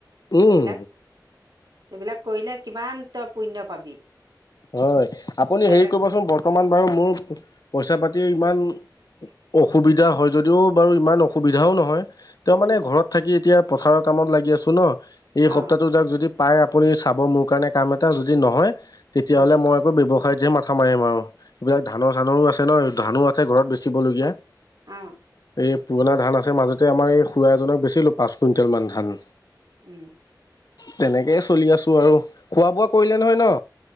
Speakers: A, on the left (about 60°); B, on the right (about 65°).
A: উম
B: সেইবিলাক এইবিলাক কৰিলে কিমান তই পুণ্য পাবি
A: হয় আপুনি
B: বেলেগ
A: হেৰি কৰিবচোন বৰ্তমান বাৰু মোৰ পইচা পাতি ইমান অসুবিধা হয় যদিও বাৰু ইমান অসুবিধাও নহয় তেওঁ
B: উম
A: মানে ঘৰত থাকি এতিয়া পথাৰৰ কামত লাগি আছোঁ ন এই
B: অ
A: সপ্তাহটো যাক যদি পাই আপুনি চাব মোৰ কাৰণে কাম এটা যদি নহয় তেতিয়াহ'লে
B: উম
A: মই একো ব্যৱস্থা খাইহে মাথা মাৰিম আৰু এইবিলাক ধানৰ চানৰো আছে ন ধানো আছে ঘৰত বেচিবলগীয়া
B: অহ
A: এই পুৰণা ধান আছে মাজতে আমাৰ এই খুৰা এজনক বেচিলো পাঁচ কুইণ্টেল মান ধান
B: উম
A: তেনেকেই চলি আছো আৰু খোৱা বোৱা কৰিলে নহয় ন